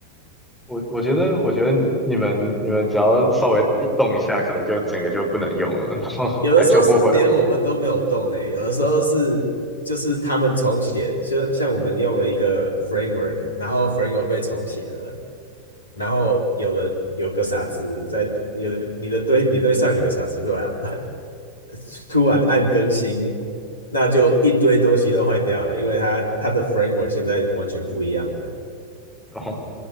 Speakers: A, in the centre; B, on the left.
A: 我我觉得我觉得你们你们只要稍微一动一下，可能就整个就不能用了，<laughs> 然后还救不回来。
B: 有的时候是连我们都没有动呢，有的时候是就是他们重写，就像我们用了一个 framework，然后 framework 被重写了，然后有人有个傻子在有你的堆你堆上有个傻子突然 <laughs> 突然按更新，那就一堆东西都坏掉了，因为它它的 framework 现在完全不一样了。
A: 然后